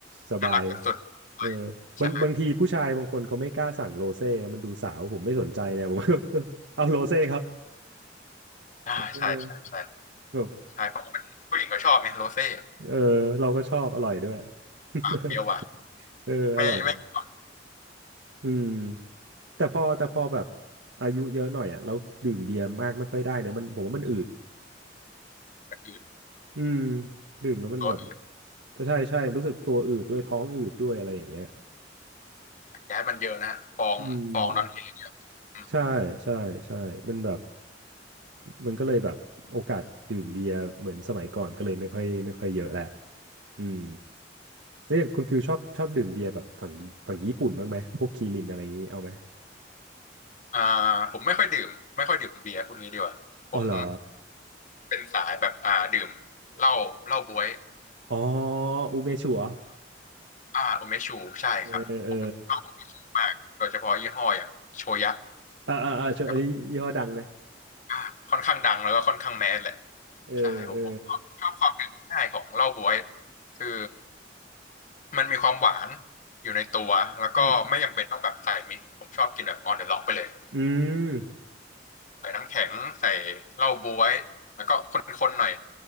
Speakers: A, on the right; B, on the left.
A: สบาย
B: น่ารักสุด
A: เออ
B: ๆใช่
A: บางบางทีผู้ชายบางคนเขาไม่กล้าสั่งโรเซ่นะมันดูสาวผมไม่สนใจเลยผม <laughs> เอาโรเซ่ครับ
B: อ่าใช่ใช่ใช่
A: เออแบบ
B: ใช่เพราะว่าเป็นผู้หญิงก็ชอบไงโรเซ่
A: เออเราก็ชอบอร่อยด้วย <laughs>
B: เบียร์หวาน
A: เอออร่อย
B: ไม่ไม่มีความ
A: อืมแต่พอแต่พอแบบอายุเยอะหน่อยอ่ะเราดื่มเบียร์มากไม่ค่อยได้เนี่ยมันผมว่ามันอืด
B: กระอืด
A: อืมดื่มแล้วมันแบบ
B: ตัวอื่น
A: ใช่ใช่รู้สึกตัวอืดด้วยท้องอืดด้วยอะไรอย่างเงี้ย
B: แก๊สมันเยอะนะฮะฟองฟองดอนเทเยอะอืม
A: อืมใช่ใช่ใช่มันแบบมันก็เลยแบบโอกาสดื่มเบียร์เหมือนสมัยก่อนก็เลยไม่ค่อยไม่ค่อยเยอะแหละอืมแล้วอย่างคุณฟิลชอบชอบดื่มเบียร์แบบฝั่งญี่ฝั่งญี่ปุ่นบ้างไหมพวกคีรินอะไรอย่างงี้เอาไหม
B: อ่าผมไม่ค่อยดื่มไม่ค่อยดื่มเบียร์พวกนี้ดีกว่าผม
A: อ๋อเหรอ
B: เป็นสายแบบอ่าดื่มเหล้าเหล้าบ๊วย
A: อ๋ออูเมชัว
B: อ่าโอเมชูใช่ครับผมชอบโอเมชูมากโดยเฉพาะยี่ห้ออย่างโชยะ
A: เออเออเออเออเออชวนอันนี้ยี่ห้อดังนะ
B: ก็แบบอ่าค่อนข้างดังแล้วก็ค่อนข้างแมสแหละ
A: เออเออ
B: ใช่ผมผมชอบชอบความเป็นง่ายของเหล้าบ๊วยคือมันมีความหวานอยู่ในตัวแล้วก็ไม่จำเป็นต้องแบบใส่มิกซ์ผมชอบกินแบบออนเดอะล็อกไปเลย
A: อืมอืม
B: ใส่น้ำแข็งใส่เหล้าบ๊วยแล้วก็คนๆหน่อย